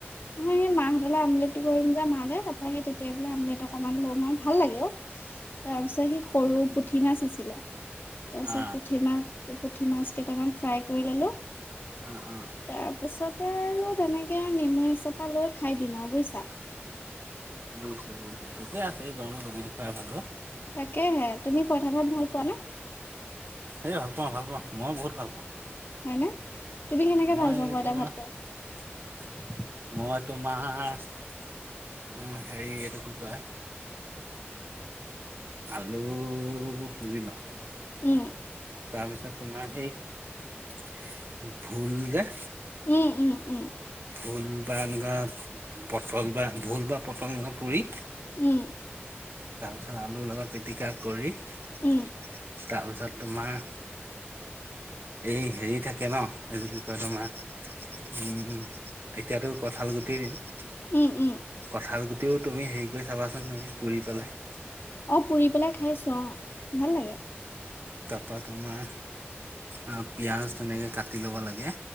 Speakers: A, on the left; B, on the right.
A: নহয় সেই মাহতলে আমলেটটো কৰিম যে মালে তাপা সেই তেতিয়াই বোলো আমলেট অকমান লম আৰু ভাল লাগে অও। তাৰ পিছত সেই সৰু
B: উম উম
A: পুঠি মাছ আছিলে। তাপিছত
B: আ
A: পুঠি মাছ পুঠি মাছ কেইটামান ফ্ৰাই কৰি ললো।
B: অ অ
A: তাৰপাছতে আৰু তেনেকে আৰু নেমু এচপা লৈ খাই দিম আৰু বুইছা।
B: বুজিছো বুজিছোঁ ঠিকে আছে এই গৰমত তেনেকে খুৱাই ভাল অও।
A: তাকেহে, তুমি পইঠা ভাত ভাল পোৱা নে?
B: এ ভাল পাওঁ ভাল পাওঁ, মই বহুত ভাল পাওঁ।
A: হয়নে? তুমি কেনেকে
B: মই
A: ভাল পোৱা
B: এই
A: পইতা
B: তোমাৰ-
A: ভাতটো
B: মই তোমাৰ উম হেৰি এইটো কি কয়? আলু পুৰি লওঁ।
A: উম'
B: তাৰপিছত তোমাৰ সেই ভুল যে-
A: উম উম উম'
B: ভোল বা এনেকুৱা পটল বা ভোল বা পটল এনেকুৱা পুৰি-
A: উম
B: তাৰপিছত আলুৰ লগত পিটিকা কৰি- তাৰপিছত
A: উম
B: তোমাৰ এই হেৰি থাকে- কে ন এইযোৰ কি কয় তোমাৰ উম এতিয়াতো কঠাল গুটিৰ দিন-
A: উম উম'
B: কঁঠাল গুটিও তুমি হেৰি কৰি চাবাচোন তুমি পুৰি পেলাই।
A: অঁ পুৰি পেলাই খাইছো অঁ ভাল লাগে।
B: তাপা তোমাৰ অঁ পিয়াজ ধুনীয়াকে কাটি ল'ব লাগে।